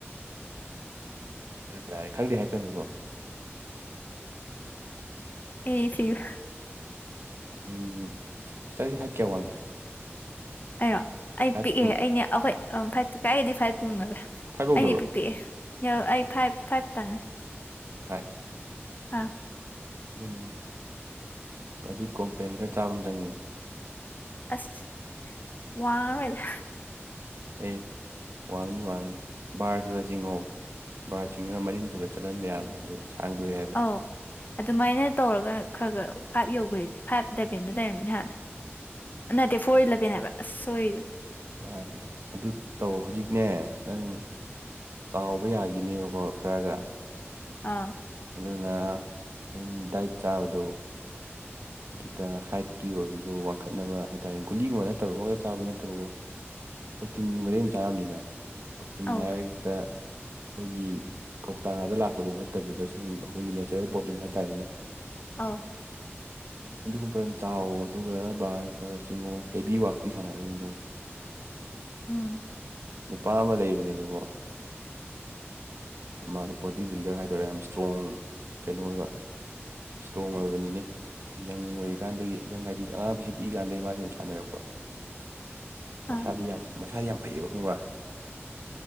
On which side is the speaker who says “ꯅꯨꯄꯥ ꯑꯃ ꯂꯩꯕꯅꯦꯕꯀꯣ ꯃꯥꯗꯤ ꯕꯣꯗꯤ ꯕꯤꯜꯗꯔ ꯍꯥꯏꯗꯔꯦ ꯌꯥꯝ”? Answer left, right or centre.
Right